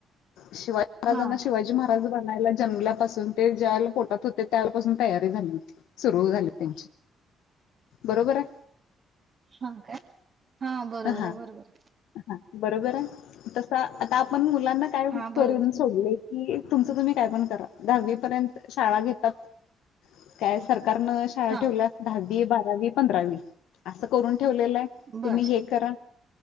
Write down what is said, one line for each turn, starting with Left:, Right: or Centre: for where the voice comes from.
Left: शिवाजी महाराजांना
Right: हा
Left: शिवाजी महा राज बनायला जन्मल्यापासून ते ज्या वेळेला पोटात होते त्यावेळेपासून तयारी झाली होती. सुरु झाली त्यांची, बरोबर आहे.
Right: हा काय? हा बरोबर
Left: हा
Right: आहे बरोबर आहे.
Left: हा बरोबर आहे. तस आता आपण मुलांना काय
Right: हा
Left: करून
Right: बरोबर
Left: सोडलंय. की तुमचं तुम्ही काय पण करा दहावी पर्यंत शाळा घेतात. काय सरकारनं शाळा
Right: हा
Left: ठेवला दहावी, बारावी, पंधरावी अस करून ठेवलेल आहे.
Right: बर
Left: तुम्ही हे करा,